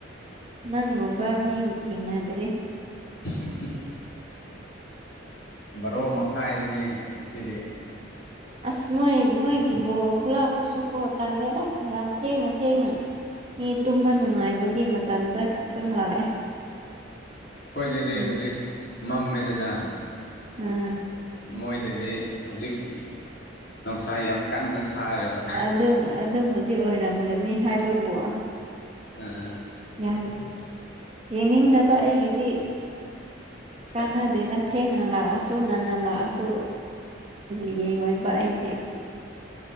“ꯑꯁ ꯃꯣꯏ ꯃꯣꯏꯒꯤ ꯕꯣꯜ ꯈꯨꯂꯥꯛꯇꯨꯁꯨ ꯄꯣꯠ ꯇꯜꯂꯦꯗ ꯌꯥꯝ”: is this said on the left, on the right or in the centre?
Right